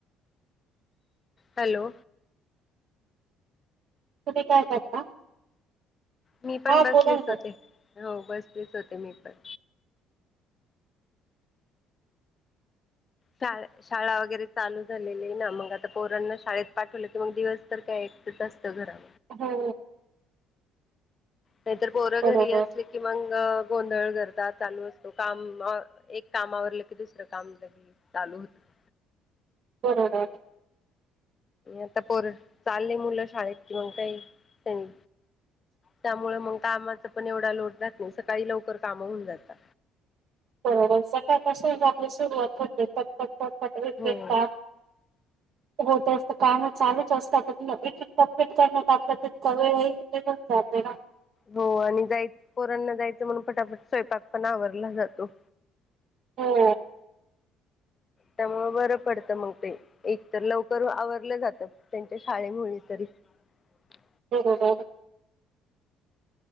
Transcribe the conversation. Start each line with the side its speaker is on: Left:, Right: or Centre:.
Left: हॅलो
Right: कुठे काय करता?
Left: मी पण
Right: हा
Left: बसलेच
Right: बोला ना
Left: होते
Right: ताई.
Left: हो बसलेच होते मी पण. शा शाळा वगैरे चालू झालेली आहे ना मग आता पोरांना शाळेत पाठवलं तर मग दिवस तर काय तेत असतं घरा
Right: हो.
Left: नाहीतर पोरं
Right: बरोबर
Left: घरी असली की मग गोंधळ करतात. चालू असतो काम एक काम आवरलं की दुसरं काम लगेच चालू होतं.
Right: बरोबर
Left: आता पोर चाललेय मुलं शाळेत कि मग काही त्यांनी त्यामुळे मग कामाचा पण एवढा लोड राहत नाही सकाळी लवकर कामं होऊन जाता.
Right: बरोबर सकाळपासून जे आपली सुरुवात होते टक टक
Left: हो
Right: <unintelligible> का? होत असतं काम चालूच असतात <unintelligible> करण्यात आपलं. <unintelligible> सात ना
Left: हो आणि जाय पोरांना जायचं म्हणून फटाफट स्वयंपाक पण आवरला जातो.
Right: हो
Left: त्यामुळ बरं पडत मग ते एक तर लवकर आवरलं जातं त्यांच्या शाळेमुळे तरी ह
Right: <unintelligible>